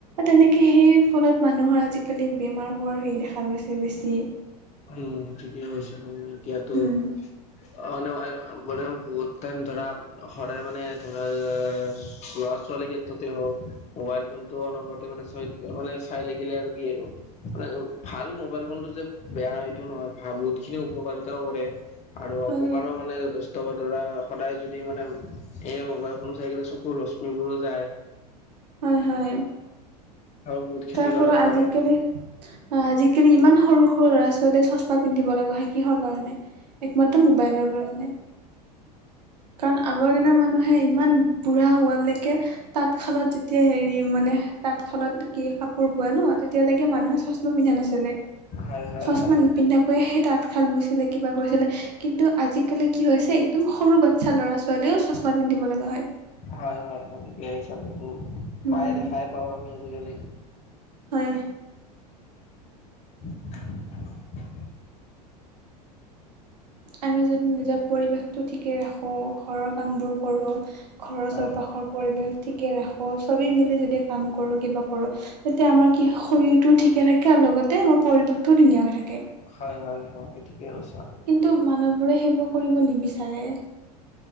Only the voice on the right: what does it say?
তেনেকে সেই ফলত মানুহৰ আজিকালি বেমাৰ হোৱাৰ হেৰি দেখা গৈছে বেছি।
উম
হয় হয়
হয়, হয়।
তাৰ ফলত
আজিকালি আজিকালি ইমান সৰু-সৰু ল'ৰা ছোৱালীয়ে চশমা পিন্ধিব লগা হয় কিহৰ কাৰণে একমাত্ৰ মোবাইলৰ কাৰণে। কাৰণ আগৰ দিনৰ মানুহে ইমান বুঢ়া হোৱালৈকে তাঁতশালত যেতিয়া হেৰি মানে তাঁতশালত কি কাপোৰ বোৱে ন তেতিয়ালৈকে মানুহে চচামা পিন্ধা নাছিলে,
চচমা
নিপিন্ধাকৈ কৈ সেই তাঁতশাল ব‌ইছিলে কিবা কৰিছিলে। কিন্তু আজিকালি কি হৈছে একদম সৰু বাচ্ছা ল'ৰা ছোৱালীও চছমা পিন্ধিব লগা হয়।
উম
হয়।
আমি যদি নিজৰ পৰিৱেশতটো ঠিকে ৰাখো ঘৰৰ কামবোৰ কৰো। ঘৰৰ
চৌপাশৰ পৰিৱেশ ঠিকে ৰাখোঁ চবেই মিলি যদি কাম কৰোঁ কিবা কৰোঁ। তেতিয়া আমাৰ কি হয় শৰীৰটোও ঠিকে থাকে আৰু লগতে আমাৰ পৰিৱেশটোও ধুনীয়া হৈ থাকে।
কিন্তু মানুহবোৰে সেইবোৰ কৰিব নিবিচাৰে।